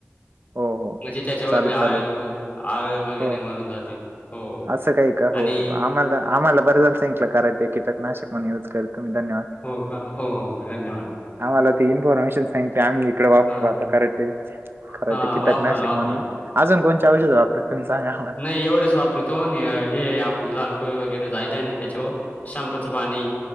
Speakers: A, on the right (about 50°); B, on the left (about 35°).
A: हो हो
B: म्हणजे त्याच्यावरली
A: चालेल
B: आळ-
A: चालेल
B: व- आळ वगैरे
A: हो
B: मरून जाते. हो, हो.
A: असं काही का?
B: आणि
A: हो- हो आम्हाला- आम्हाला बरं झाल सांंगितलं कारण ते कीटकनाशक म्हणून यूज करतो मी धन्यवाद.
B: हो का? हो -हो धन्यवाद.
A: आम्हाला ते इन्फॉर्मेशन सांगती आम्ही इकडे वापरहता
B: हां,
A: कराटे -कराटे
B: हां.
A: कीटक
B: वापरा
A: नाशक
B: ना, वापरा
A: म्हणून.
B: ना.
A: अजून कोणचे औषध वापरत तुम्ही सांगा. आम्हाला.
B: नाही एवढंच वापरितो हे आपली लालकोई वगैरे जायला आहे ना त्याच्याव शांम्पूच पाणी